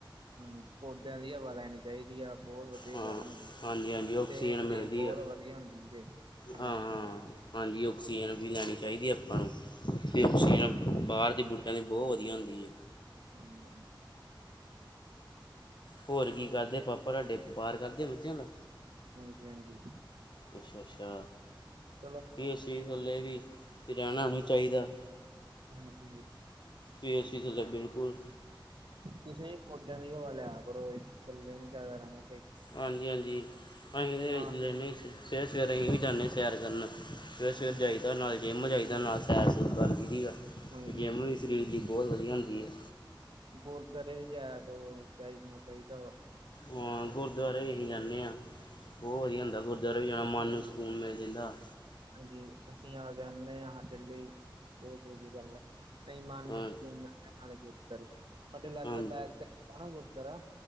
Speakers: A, on the right; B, on the left.
A: ਹਾਂਜੀ ਪੌਦਿਆਂ ਦੀ ਹਵਾ ਲੈਣੀ ਚਾਹੀਦੀ ਆ ਬਹੁਤ ਵੀਆ ਵਧੀਆ
B: ਹਾਂ
A: ਗੱਲ ਹੁੰਦੀ ਹੈ
B: ਹਾਂਜੀ ਹਾਂਜੀ ਆਕਸੀਜਨ
A: ਸਿਹਤ ਲਈ
B: ਮਿਲਦੀ
A: ਬਹੁਤ
B: ਆ
A: ਵਧੀਆ ਹੁੰਦੀ ਜ ਹਾਂਜੀ
B: ਹਾਂ ਹਾਂ ਹਾਂਜੀ ਔਕਸੀਜਨ ਵੀ ਲੈਣੀ ਚਾਹੀਦੀ ਹੈ ਆਪਾਂ ਨੂੰ
A: ਹਾਂਜੀ
B: ਬਾਹਰ ਦੀ ਬੂਟਾਂ ਦੀ ਬਹੁਤ ਵਧੀਆ ਹੁੰਦੀ ਹੈ
A: ਹਾਂ
B: ਹੋਰ ਕੀ ਕਰਦੇ ਪਾਪਾ ਤੁਹਾਡੇ ਵਪਾਰ ਕਰਦੇ ਬੱਚਿਆਂ ਦਾ
A: ਹਾਂਜੀ ਹਾਂਜੀ
B: ਅੱਛਾ ਅੱਛਾ
A: ਚਲੋ
B: ਏਸੀ ਥੱਲੇ ਵੀ ਰਹਿਣਾ ਨਹੀਂ ਚਾਹੀਦਾ
A: ਹਾਂਜੀ
B: ਵੀ ਅਸੀਂ ਥੱਲੇ ਬਿਲਕੁਲ
A: ਤੁਸੀਂ ਪੌਦਿਆਂ ਦੀ ਹਵਾ ਲਿਆ ਕਰੋ ਏਸੀ ਥੱਲੇ ਨੀ ਜ਼ਿਆਦਾ ਰਹਿੰਦਾ
B: ਹਾਂਜੀ ਹਾਂਜੀ ਅਸੀਂ ਤੇ
A: ਆਪ
B: ਲੈਂਦੇ ਸਵੇਰੇ ਸਵੇਰੇ ਅਸੀਂ ਵੀ ਜਾਂਦੇ ਹ ਸੈਰ ਕਰਨ ਫਿਰ
A: ਹਾਂਜੀ
B: ਸਵੇਰੇ ਜਾਈਦਾ
A: ਅਸ
B: ਨਾਲ ਜਿੰਮ ਜਾਈਦਾ, ਨਾਲ ਸੈਰ ਸੂਰ ਕਰ ਆਈਦਾ। ਅਤੇ
A: ਹਾਂਜੀ
B: ਜਿਮ ਵੀ ਸਰੀਰ ਲਈ ਬਹੁਤ ਵਧੀਆ ਹੁੰਦੀ ਹੈ।
A: ਗੁਰਦੁਆਰੇ ਵੀ ਜਾਏ ਆ ਕਰੋ, ਜਾਈ ਜਾਣਾ ਚਾਹੀਦਾ ਵਾ।
B: ਹਾਂ ਗੁਰਦੁਆਰੇ ਵੀ ਅਸੀਂ ਜਾਂਦੇ ਹਾਂ ਬਹੁਤ ਵਧੀਆ ਹੁੰਦਾ ਗੁਰਦੁਆਰੇ ਵੀ ਜਾਣਾ ਮਨ
A: ਅਸੀਂ
B: ਸਕੂਨ ਮਿਲ ਜਾਂਦਾ
A: ਹਾਂਜੀ ਅਸੀਂ ਆ ਜਾਂਦੇ ਹਾਂ ਸਾਡੇ ਲਈ ਬਹੁਤ ਵਧੀਆ ਗੱਲ ਆ ਨਹੀਂ ਮਨ
B: ਹਾਂ
A: ਨੂੰ ਸਕੂਨ ਮਿਲ ਜਾਂਦਾ ਹੈ ਗੁਰਦੁਆਰੇ ਜਾ ਕੇ ਸਾਡੇ ਗਵਾਂਡ
B: ਹਾਂ
A: ਵਿੱਚ ਹੀ ਹੈ ਗੁਰਦੁਆਰਾ